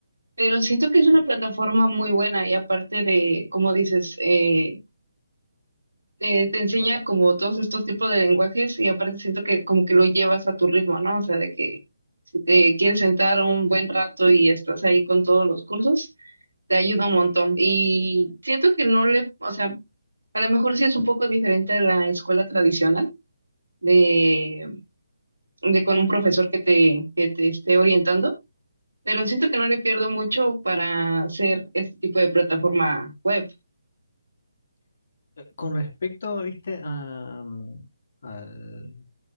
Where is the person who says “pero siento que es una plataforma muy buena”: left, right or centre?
Right